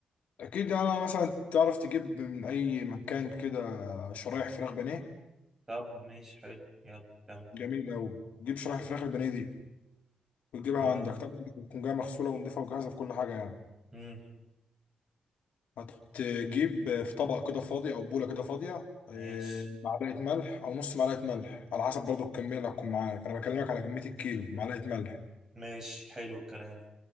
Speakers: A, on the left (about 80°); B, on the right (about 20°).
A: اكيد يعني انا مثلا تعرف تجيب من اي مكان كده شرايح فراخ بانيه
B: طبعا ماشي حلو يلا كمل
A: جميل قوي تجيب شرايح فراخ البانيه دي وتجيبها
B: اه
A: عندك طبعا بتكون جايه مغسوله ونضيفه وجاهزه في كل حاجه يعني
B: امم
A: هتجيب في طبق كده فاضي او بوله كده فاضيه آه،
B: ماشي
A: معلقه ملح او نص معلقه ملح على حسب برضو الكميه اللي هتكون معاك انا بكلمك على كميه الكيلو معلقه ملح
B: ماشي حلو الكلام